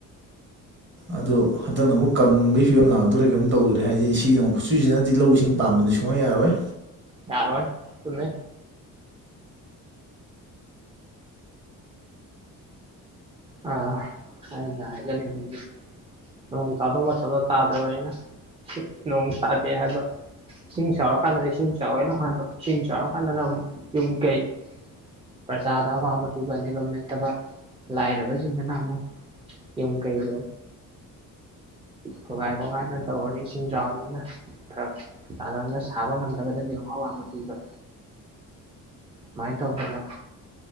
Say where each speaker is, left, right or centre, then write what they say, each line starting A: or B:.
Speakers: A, on the right; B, on the right.
A: ꯑꯗꯣ ꯍꯟꯗꯛꯅ ꯑꯃꯨꯛ ꯀꯪꯕꯒꯤ ꯐꯤꯕꯝ ꯂꯥꯛꯇꯧꯔꯦ ꯀꯔꯤꯝ ꯇꯧꯗꯧꯔꯦ ꯍꯥꯏꯁꯤꯅꯤ ꯁꯤꯅ ꯑꯃꯨꯛ ꯈꯨꯠꯁꯨꯁꯤꯅꯗꯤ ꯂꯧ ꯏꯁꯤꯡ ꯄꯥꯝꯕꯅꯦ ꯁꯨꯛꯌꯥ ꯌꯥꯔꯣꯏ
B: ꯌꯥꯔꯣꯏ ꯆꯨꯝꯃꯦ ꯑꯥ ꯑꯩꯅ ꯍꯥꯏꯖꯅꯤꯡꯕꯗꯤ ꯅꯣꯡ ꯇꯥꯗꯧ ꯃꯇꯝꯗ ꯇꯥꯗ꯭ꯔꯕꯅꯤꯅ ꯅꯣꯡ ꯇꯥꯗꯦ ꯍꯥꯏꯕ ꯏꯁꯤꯡ ꯆꯥꯎꯔ ꯀꯥꯟꯗꯗꯤ ꯏꯁꯤꯡ ꯆꯥꯎꯋꯦ ꯑꯃꯨꯛ ꯍꯥꯏꯕ ꯏꯁꯤꯡ ꯆꯥꯎꯔ ꯀꯥꯟꯗꯅ ꯑꯃꯨꯛ ꯌꯨꯝ ꯀꯩ ꯄ꯭ꯔꯖꯥꯗ ꯑꯋꯥꯕ ꯄꯤꯕ ꯂꯩꯐꯝ ꯂꯩꯇꯕ ꯂꯥꯏꯔꯕꯁꯤꯡꯗꯅ ꯑꯃꯨꯛ ꯌꯨꯝ ꯀꯩꯗꯣ ꯈꯣꯒꯥꯏ ꯈꯣꯒꯥꯏꯗꯅ ꯇꯧꯔꯅꯤ ꯏꯁꯤꯡ ꯆꯥꯎꯕꯅꯤꯅ ꯐꯔ ꯇꯥꯗꯅ ꯁꯥꯕ ꯉꯝꯗꯕꯗꯒꯤ ꯑꯃꯨꯛ ꯑꯋꯥꯕ ꯄꯤꯕ ꯁꯨꯃꯥꯏꯅ ꯇꯧꯗꯅ